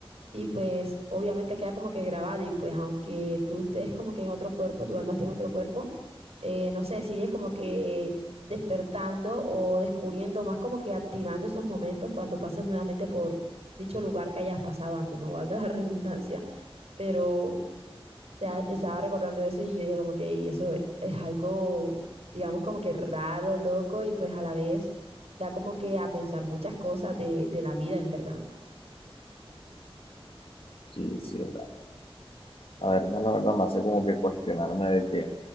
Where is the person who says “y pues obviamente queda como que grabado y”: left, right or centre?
Right